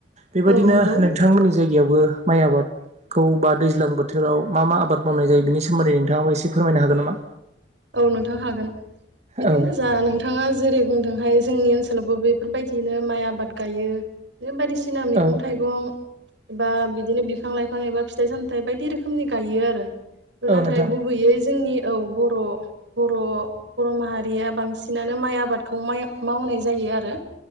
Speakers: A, on the right (about 40°); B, on the right (about 75°).
A: बेबायदिनो
B: औ नंगौ
A: नोंथांमोननि जायगायावबो माइ आबाद खौ बा दैज्लां बोथोराव मा मा आबाद मावनाय जायो बेनि सोमोन्दै नोंथाङाबो एसे फोरमायनो हागोन नामा?
B: औ नोंथां हागोन बिदिनो
A: औ
B: जा नोंथाङा जेरै बुंदोंहाय जोंनि ओसोलाव ओनसोलावबो बेफोरबायदिनो माइ आबाद गायो बायदिसिना मैगं
A: औ
B: थाइगं एबा बिदिनो बिफां लाइफां एबा फिथाइ सामथायाइ बायदि रोखोमनि गायो आरो।
A: औ
B: नाथाय
A: नोंथां
B: गुबैयै जोंनि औ बर' बर' बर' माहारिया बांसिनानो माइ आबादखौ माइ मावनाय जायो आरो।